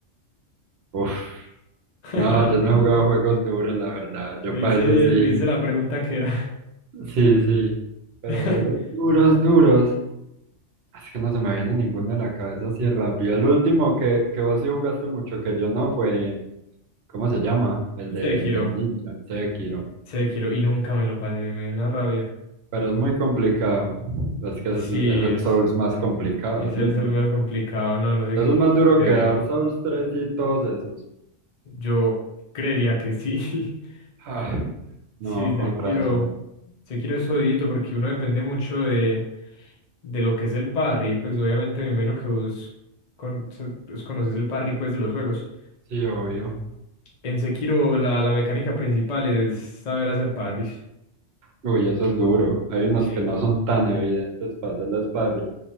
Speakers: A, on the right; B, on the left.
A: Uf,
B: <laughs>
A: no, yo no he jugado juegos duros, la verdad. Yo
B: Le
A: para
B: hice,
A: eso sí,
B: le hice la pregunta que era.
A: sí, sí. Pero
B: <laughs>
A: juegos duros, duros. Es que no se me viene ninguno a la cabeza así rápido. El último que, que vos sí jugaste mucho, que yo no, fue, ¿cómo se llama? El de-
B: Sekiro.
A: el del ninja, Sekiro.
B: Sekiro. Y nunca me lo pasé. Me dio una rabia.
A: Pero es muy complicado. Es que
B: Sí,
A: es, es el
B: es,
A: Souls más complicado,
B: es
A: ¿cierto?
B: el ser más complicado. No, no
A: Entonces
B: sé qué quieres
A: es más duro
B: que te
A: que
B: diga.
A: Dark Souls 3 y todos esos.
B: Yo creería que sí. <laughs>
A: Ah, no,
B: Sí, Sekiro,
A: con razón.
B: Sekiro es jodidito porque uno depende mucho de, de lo que es el parry, pues obviamente me imagino que vos con, se- pues, conoces el parry pues de los juegos.
A: Sí, obvio.
B: En Sekiro la, la mecánica principal es saber hacer parries.
A: Uy, eso es duro. Hay unos
B: Sí.
A: que no son tan evidentes para hacer las parry,